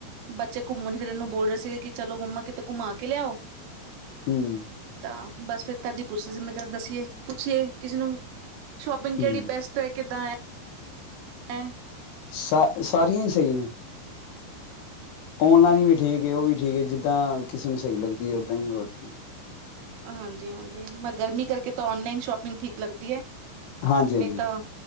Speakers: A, on the right; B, on the left.
A: ਬੱਚੇ ਘੁੰਮਣ ਫਿਰਨ ਨੂੰ ਬੋਲ ਰਹੇ ਸੀਗੇ ਕਿ ਚਲੋ ਮੰਮਾ ਕਿਤੇ ਘੁੰਮਾ ਕੇ ਲਿਆਓ
B: ਹਮ
A: ਹਾਂ ਬਸ ਫੇਿਰ ਤਦੀ ਪੁੱਛਦੇ ਸੀ ਮੇਰੇ ਕ ਦੱਸੀਏ ਪੁੱਛੀਏ ਕਿਸੇ ਨੂੰ ਸ਼ੋਪਿੰਗ ਕਿਹੜੀ
B: ਹੂੰ
A: ਬੈਸਟ ਹੈ ਕਿੱਦਾਂ ਹੈ ਹਮ
B: ਸਾ ਸਾਰੀਆਂ ਹੀ ਸਹੀ ਨੇ ਔਨਲਾਈਨ ਵੀ ਠੀਕ ਉਹ ਵੀ ਠੀਕ ਹੈ ਜਿੱਦਾਂ ਕਿਸੇ ਨੂੰ ਸਹੀ ਲੱਗਦੀ ਹੈ ਓਦਾਂ ਹੀ ਹੋਰ ਕੀ
A: ਹਾਂਜੀ ਹਾਂਜੀ ਮੈਂ ਗਰਮੀ ਕਰਕੇ ਤਾਂ ਨਲਾਈਨ ਸ਼ੋਪਿੰਗ ਠੀਕ ਲੱਗਦੀ ਹੈ
B: ਹਾਂਜੀ ਹਾਂਜੀ
A: ਨਹੀਂ ਤਾਂ